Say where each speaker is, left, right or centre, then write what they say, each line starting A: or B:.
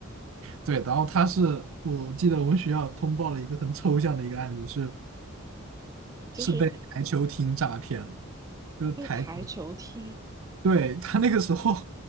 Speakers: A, on the right; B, on the right.
A: 对，然后他是我记得我们学校通报了一个很抽象的一个案例，是
B: <laughs> 就是
A: 是被台球厅诈骗了。就是台。
B: 被台球踢。
A: 对，他那个时候，